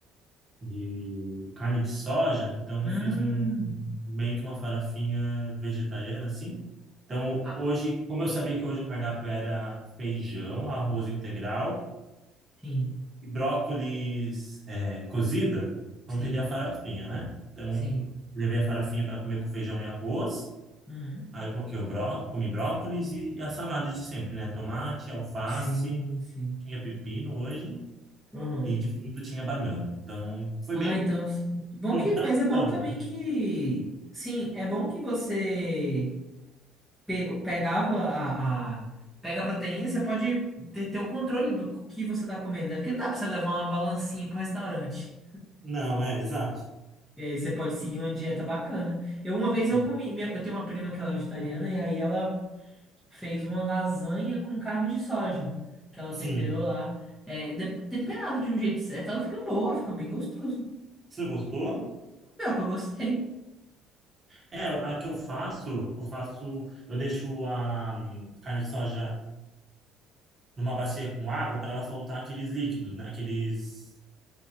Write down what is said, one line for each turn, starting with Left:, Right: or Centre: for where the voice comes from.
Right: de carne de soja, então
Centre: Hum.
Right: fiz um meio que uma farofinha vegetariana, assim. Então,
Centre: Ah,
Right: hoje, como eu sabia que hoje o cardápio era feijão, arroz integral
Centre: sim,
Right: e brócolis é, cozida, não
Centre: sim,
Right: teria farofinha, né? Então,
Centre: sim.
Right: levei a farofinha para comer com feijão e arroz.
Centre: Uhum.
Right: Aí eu coloquei o bró, comi brócolis e, e a salada de sempre, né? Tomate, alface.
Centre: Sim, sim.
Right: tinha pepino hoje
Centre: Uhum.
Right: e de fruta tinha banana. Então, foi
Centre: Ah,
Right: bem
Centre: então, bom
Right: foi
Centre: que,
Right: um pratão.
Centre: mas é bom também que, sim, é bom que você pego, pegava a, a- pega a proteína e você pode ter, ter o controle do que você tá comendo, né? Porque não dá pra você levar uma balancinha pro restaurante.
Right: Não, é, exato.
Centre: E aí você pode seguir uma dieta bacana. Eu, uma vez
Right: Sim.
Centre: eu comi, minha- eu tenho uma prima que ela é vegetariana e aí ela fez uma lasanha com carne de soja, que ela
Right: Sim.
Centre: temperou lá. É, de- temperado de um jeito certo, ela fica boa, fica bem gostoso.
Right: Você gostou?
Centre: Pior que eu gostei.
Right: É, a que eu faço, eu faço, eu deixo a hum, carne de soja numa bacia com água para ela soltar aqueles líquidos, né? Aqueles,